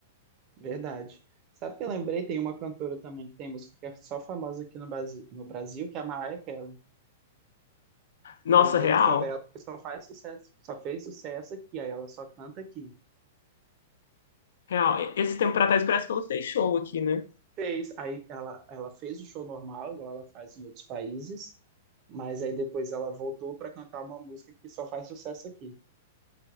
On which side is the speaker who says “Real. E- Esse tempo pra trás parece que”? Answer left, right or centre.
Left